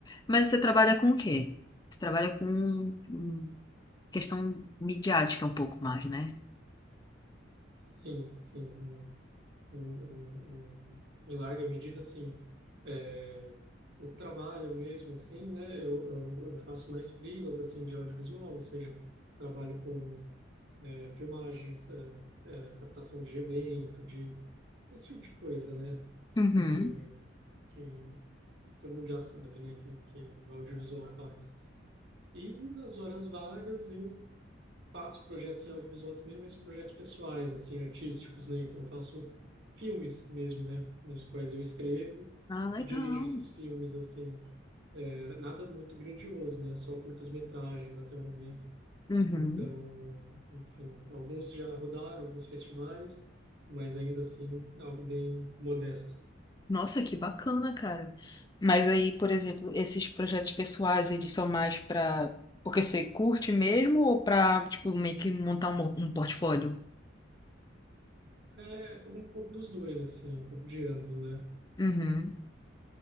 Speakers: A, on the left; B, on the right.
A: Mas você trabalha com o quê? Você trabalha com hum, questão midiática um pouco mais, né?
B: Sim, sim, um, um, um, um- em larga medida, assim, é, o trabalho mesmo, assim, né, eu, eu, eu faço mais freelas, assim, de audiovisual, ou seja, trabalho com é, filmagens, é, é, captação de evento, de esse tipo de coisa, né,
A: Uhum.
B: que, que todo mundo já sabe, né, que, que o audiovisual faz. E nas horas vagas eu faço projetos em audiovisual também, mas projetos pessoais, assim, artísticos, né? Então eu faço filmes mesmo, né, nos quais eu escrevo
A: Ah, legal.
B: e dirijo esses filmes, assim. É, nada muito grandioso, né? Só curtas-metragens até o momento.
A: Uhum.
B: Então, enfim, alguns já rodaram, alguns festivais, mas ainda assim algo bem modesto.
A: Nossa, que bacana, cara. Mas aí, por exemplo, esses projetos pessoais, eles são mais para porque você curte mesmo ou para, tipo, meio que montar um, um portfólio?
B: É um pouco dos dois, assim, um pouco de ambos, né?
A: Uhum.